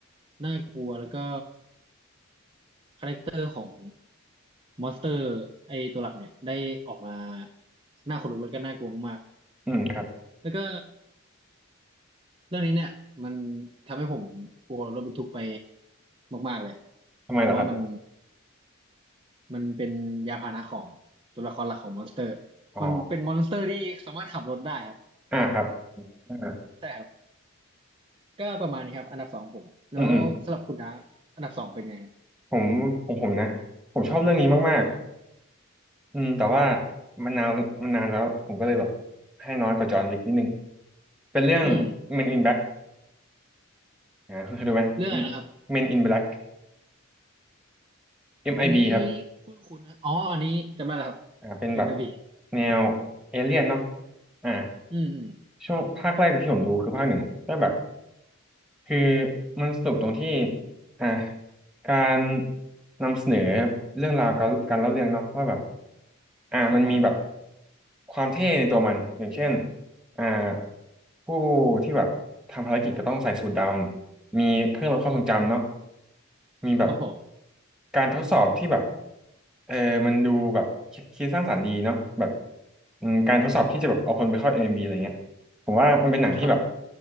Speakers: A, on the right; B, in the centre.
A: น่ากลัวแล้วก็คาแรคเตอร์ของมอนสเตอร์ไอตัวหลักเนี่ยได้ออกมาน่าขนลุกแล้วก็น่ากลัวมาก
B: อืมครับ
A: ๆแล้วก็เรื่องนี้เนี่ยมันทำให้ผมกลัวรถบรรทุกไปมากๆเลย
B: ทำไมเหรอครับ
A: เพราะว่ามันมันเป็นยานพาหนะของตัวละครหลักของมอนสเตอร์มันเป็นมอนสเตอร์ที่สามารถขับรถได้ครับ
B: อ๋ออ่าครับอ่า
A: ใช่ครับ ก็ประมาณนี้ครับอันดับสองผมแล้วสำหรับคุณดาร์ฟอันดับสองเป็นไง
B: อืมอืมผมผมผมนะผมชอบเรื่องนี้มาก
A: ครับครับผม
B: ๆอืมแต่ว่ามันนานมันนานแล้วผมก็เลยแบบให้น้อยกว่าจอห์นวิกนิดนึง เป็นเรื่อง
A: อืม
B: Men in Black อ่าคุณเคยดูไหม
A: เรื่องอะไรนะครับ
B: Men Men in Black MIB
A: อันนี้
B: ครับ
A: คุ้นคุ้นะอ๋ออันนี้จำได้แล้วครับ
B: อ่าเป็นแบบ
A: MLB อมไอบี
B: แนวเอเลี่ยนเนาะอ่า
A: อืมอืม
B: ช่วงภาคแรกที่ผมดูคือภาคหนึ่งแต่แบบคือมันสนุกตรงที่อ่ะการนำเสนอเรื่องราวการการเล่าเรื่องเนาะว่าแบบอ่ะมันมีแบบ
A: ครับผม
B: ความเท่ในตัวมันอย่างเช่นอ่าผู้ที่แบบทำภารกิจก็ต้องใส่สูทดำมีเครื่องลดความทรงจำเนาะมีแบบ
A: ครับผม
B: การทดสอบที่แบบเออมันดูแบบคิดคิดสร้างสรรค์ดีเนาะแบบอืมการทดสอบที่จะแบบเอาคนไปเข้า m บ b อะไรเงี้ย ผมว่ามันเป็นหนังที่แบบ
A: ครับ